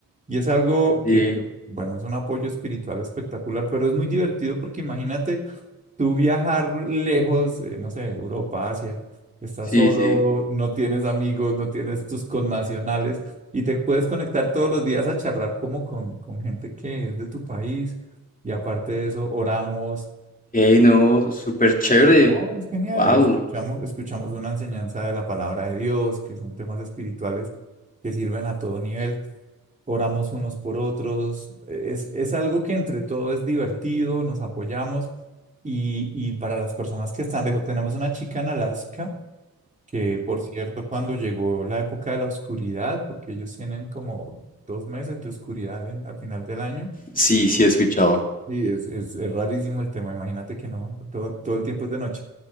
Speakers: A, on the right (about 20°); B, on the left (about 20°).
A: y es algo
B: Sí,
A: que, bueno, es un apoyo espiritual espectacular, pero es muy divertido porque imagínate tú viajar lejos, eh, no sé, Europa, Asia, estás
B: sí,
A: solo,
B: sí.
A: no tienes amigos, no tienes tus connacionales y te puedes conectar todos los días a charlar como con, con gente que es de tu país y aparte de eso, oramos,
B: Hey, no, súper chévere.
A: Oh, es genial.
B: Wow.
A: Escuchamos, escuchamos una enseñanza de la palabra de Dios, que son temas espirituales que sirven a todo nivel. Oramos unos por otros. E, Es, es algo que entre todo es divertido, nos apoyamos. Y, y para las personas que están lejos, tenemos una chica en Alaska, que por cierto, cuando llegó la época de la oscuridad, porque ellos tienen como dos meses de oscuridad en- al final del año,
B: Sí, sí he escuchado.
A: Sí, es, es, es rarísimo el tema, imagínate que no, todo, todo el tiempo es de noche.